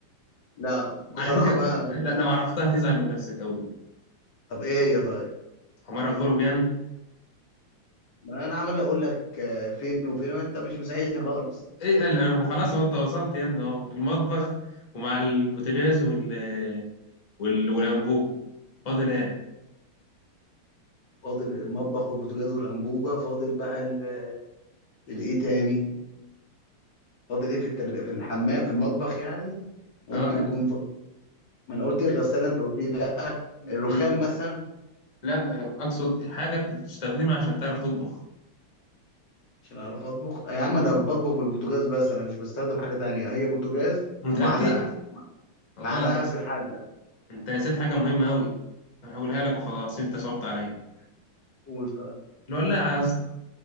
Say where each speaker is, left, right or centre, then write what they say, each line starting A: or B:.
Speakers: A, on the left; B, on the left.
A: لا بصراحة
B: على فكره
A: بقى انا
B: لا لو عرفتها تزعل من نفسك قوي
A: طب ايه هي طيب
B: حمار الغروب يعني
A: ما انا عمال اقول لك آه، فين وفين ما انت مش مساعدني خالص
B: ايه قال أنا خلاص هو انت وصلت يا ابني اهو المطبخ ومع البوتاجاز وال وال والانبوب فاضل ايه
A: فاضل المطبخ والبوتاجاز والانبوبه فاضل بقى ال- الايه تاني فاضل ايه في التل... في الحمام في المطبخ يعني ممكن
B: اه
A: يكون فاضل. ما انا قلت الغساله انت قلت لي لا
B: لا
A: الرخام
B: أمم.
A: مثلا
B: لا، آه، اقصد حاجه بتستخدمها عشان تعرف تطبخ
A: عشان اعرف اطبخ يا عم انا بطبخ بالبوتاجاز بس انا مش بستخدم حاجه تانية هي بوتاجاز
B: متاكد
A: ومعلقه
B: غلط
A: معلقه
B: يا اسطى
A: في الحله
B: انت نسيت حاجه مهمه قوي انا هقولها لك وخلاص انت صعبت عليا
A: قول طيب
B: الولاعه يا اسطى